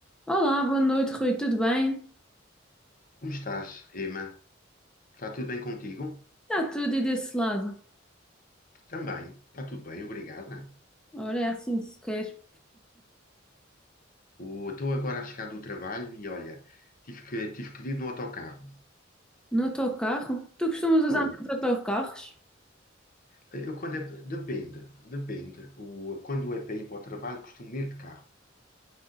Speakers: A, in the centre; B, on the left.
A: Olá, boa noite, Rui, tudo bem?
B: Como estás, Emma? Está tudo bem contigo?
A: Está tudo e desse lado.
B: Também, está tudo bem, obrigada.
A: Ora, é assim que se quer.
B: O- Estou agora a chegar do trabalho e olha, tive que, tive que vir no autocarro.
A: No autocarro? Tu costumas usar
B: Foi.
A: muitos autocarros?
B: Eu, quando é- depende, depende. O, quando é para ir para o trabalho, costumo ir de carro.